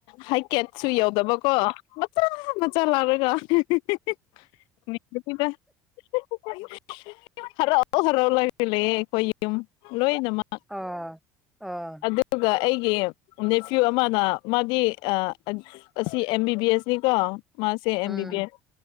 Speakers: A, on the left; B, in the centre.
A: ꯍꯥꯏꯀꯦꯠꯁꯨ ꯌꯧꯗꯕꯀꯣ ꯃꯆꯥ ꯃꯆꯥ ꯂꯥꯛꯔꯥꯒ꯫ ꯍꯤꯍꯤ <unintelligible> ꯑꫭ ꯍꯜꯂꫭ ꯂꫭꯏꯅꯥ ꯂꯩꯌ° ꯑꯩꯈꯣꯏ ꯌꯨꯝ ꯂꯣꯏꯅꯃꯛ
B: ꯑꯥ ꯑꯥ
A: ꯑꯗꯨꯒꯥ ꯑꯩꯒꯤ ꯅꯦꯐ꯭ꯌꯨ ꯑꯃꯅꯥ ꯃꯥꯗꯤ ꯑꯥ ꯑꯁꯤ ꯑꯦꯝ ꯕꯤ ꯕꯤ ꯑꯦꯁꯅꯤ ꯀꯣ ꯃꯥꯁꯦ M
B: um
A: B B S